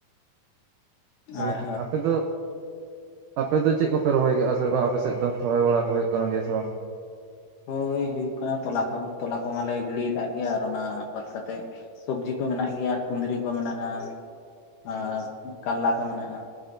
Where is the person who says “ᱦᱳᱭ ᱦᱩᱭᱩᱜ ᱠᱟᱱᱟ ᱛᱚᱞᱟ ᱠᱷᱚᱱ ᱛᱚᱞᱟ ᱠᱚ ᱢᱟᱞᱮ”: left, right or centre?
Left